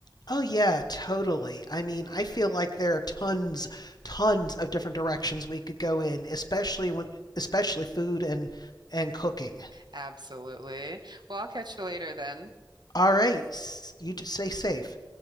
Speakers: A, on the left; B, on the right.
A: oh yeah totally i mean i feel like there are tons tons of different directions we could go in especially when especially food and and cooking
B: Absolutely. Well, I'll catch you later then.
A: all right s- you just stay safe